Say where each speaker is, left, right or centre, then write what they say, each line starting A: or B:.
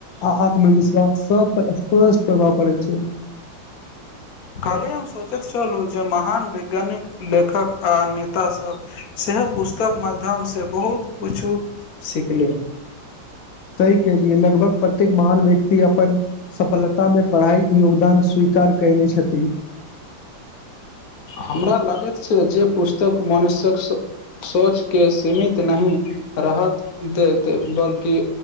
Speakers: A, on the left; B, on the left.
A: आ आत्मविश्वास सब पर स्पष्ट प्रभाब पड़ेत छै
B: कहले हम सोचैत छलू जे महान वैज्ञानिक लेखक आ नेता सभ सेहो पुस्तक माध्यसँ बहुत किछु सिखली
A: सी केलिय लगभग प्रत्येक महान व्यक्ति अपन सफलता मे पढ़ाई कऽ योगदान स्वीकार कयने छथिन
B: हमरा लगैत छै जे पुस्तक मनुषकऽ सोच के सीमित नहि राहत देते बल्कि।